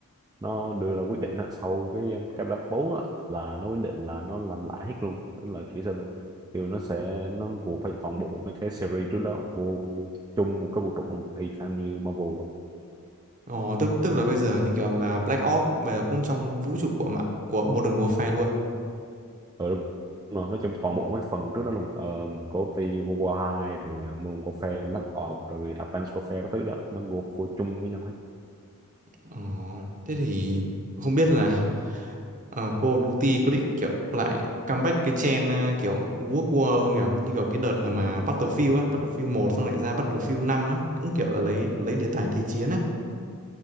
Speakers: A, on the right (about 20°); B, on the right (about 35°).
A: nó đưa ra quyết định á, sau cái um, cái Black 4 á, là nó quyết định là nó làm lại hết luôn tức là kiểu sao ta? kiểu nó sẽ nó gộp phải toàn bộ mấy cái series trước đó vô chung một cái vũ trụ luôn y chang như Marvel
B: Ồ, tức tức là bây giờ như kiểu là Black Ops bây giờ cũng trong vũ trụ của mạng của Modern Warfare luôn.
A: ừ, đúng rồi. nói chung toàn bộ mấy phần trước đó luôn um, coffee World War 2 rồi uh, Moon Warfare Black Ops rồi Advanced Warfare các thứ đó nó gộp vô chung với nhau hết
B: Ờ, thế thì không biết là <laughs> ờ, Call of Duty có định kiểu lại comeback cái trend à, kiểu World War không nhỉ? Như kiểu cái đợt mà Battlefield á, Battlefield một xong lại ra Battlefield năm á, cũng kiểu là lấy lấy đề tài thế chiến á.